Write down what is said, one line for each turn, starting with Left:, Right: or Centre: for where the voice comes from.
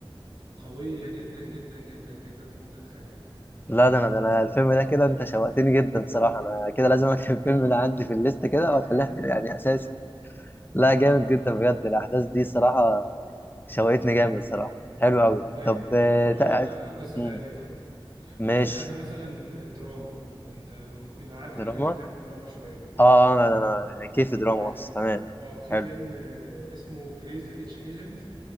Right: قوية جدا جدا جدا جدا فوق ما تتخيل
Left: لا ده انا ده انا الفيلم ده كده انت شوقتني جدا صراحه انا كده لازم اكتب <laughs> الفيلم
Right: اه
Left: ده عندي في الليست كده
Right: <laughs>
Left: واخليها <laughs> يعني اساسي لا
Right: اه
Left: جامد جدا بجد الاحداث دي صراحه شوقتني جامد
Right: مم.
Left: صراحه حلو قوي
Right: طيب
Left: طب آه،
Right: اقول
Left: تع-
Right: لك على قصة
Left: مم.
Right: تانية طيب
Left: ماشي
Right: آه، في حاجة مثلا دراما انت ممكن عارف
Left: دراما
Right: انك انت تحب الدراما شوية اه
Left: اه آه، انا انا يعني كيف دراما
Right: آه، ف-
Left: اصلا تمام
Right: اه في
Left: حلو
Right: فيلم آه، اسمه كريزي ريتش ايجنز